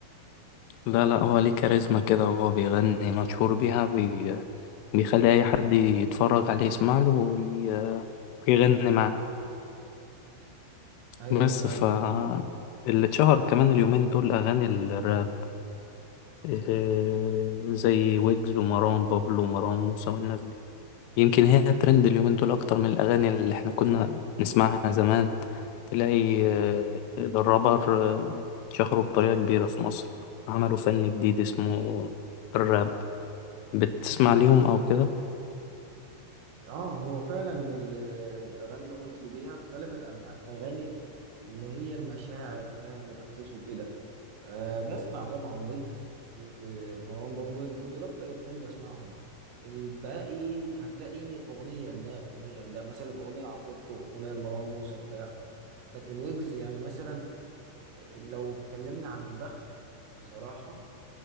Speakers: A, on the left; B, on the right.
A: لا لا هو ليه كاريزما كده وهو بيغني مشهور بيها بي... بيخلي أي حد يتفرج عليه يسمع له وي... ويغني معاه
B: ايوه
A: بس
B: فعلا
A: ف اللي اتشهر كمان اليومين دول أغاني الراب إيه، زي ويجز ومروان بابلو ومروان موسى والناس دي يمكن هي الترند اليومين دول أكتر من الأغاني اللي إحنا كنا نسمعها زمان تلاقي آه، الرابر آه، اتشهروا بطريقة كبيرة في مصر عملوا فن جديد اسمه الراب بتسمع ليهم أو كده
B: اه هو فعلا ال- الاغاني اللي هم نزلوا بيها اختلفت عن اغاني اللي هي المشاعر فاهم والاحاسيس وكده أه بسمع طبعا ويجز ومروان بابلو يمكن دول اكتر اتنين بسمعهم الباقي هتلاقيني اغنيه لده اغنيه لده مثلا اغنيه لعفروتو اغنيه لمروان موسى بتاع لكن ويجز يعني مثلا لو اتكلمنا عن البخت بصراحه